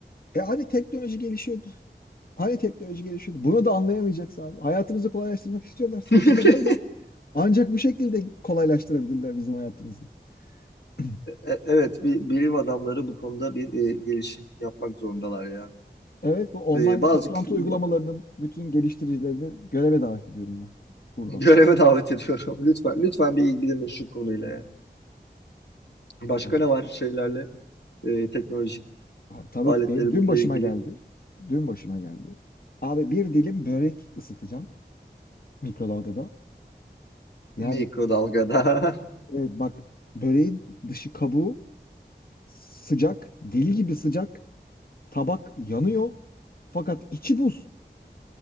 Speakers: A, on the left; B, on the left.
A: E hani teknoloji gelişiyordu. Hani teknoloji gelişiyordu. Bunu da anlayamayacaksa abi. Hayatımızı kolaylaştırmak istiyorlarsa
B: <laughs>
A: işte böyle. Ancak bu şekilde kolaylaştırabilirler bizim hayatımızı. <clears throat>
B: E- Evet, bir bilim adamları bu konuda bir e, gelişim yapmak zorundalar ya.
A: Evet, bu online
B: E, bazı
A: toplantı
B: k- bu-
A: uygulamalarının bütün geliştiricilerini göreve davet ediyorum ben buradan.
B: göreve davet ediyorum. <laughs> Lütfen, lütfen bir ilgilenin şu konuyla ya. Başka
A: Evet.
B: ne var şeylerle? E, teknolojik
A: Abi, tabii
B: aletlerimizle
A: ki benim dün başıma
B: ilgili
A: geldi. Dün başıma geldi. Abi bir dilim börek ısıtacağım mikrodalgada. Yani
B: mikrodalgada.
A: evet bak böreğin dışı kabuğu sıcak, deli gibi sıcak. Tabak yanıyor. Fakat içi buz.